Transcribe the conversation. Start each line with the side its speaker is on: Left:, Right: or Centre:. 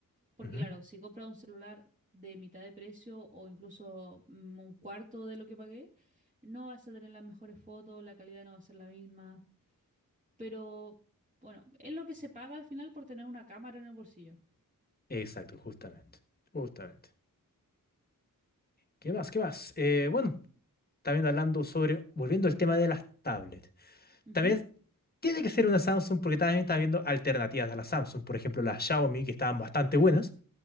Right: porque
Left: ujú.
Right: claro, si compras un celular de mitad de precio o incluso mm, un cuarto de lo que pagué, no vas a tener las mejores fotos, la calidad no va a ser la misma, pero bueno, es lo que se paga al final por tener una cámara en el bolsillo.
Left: Exacto, justamente. Justamente. ¿Qué más? ¿Qué más? Eh, bueno, también hablando sobre, volviendo al tema de las tablets.
Right: Ujú.
Left: También tiene que ser una Samsung porque también está viendo alternativas a la Samsung. Por ejemplo, las Xiaomi, que estaban bastante buenas,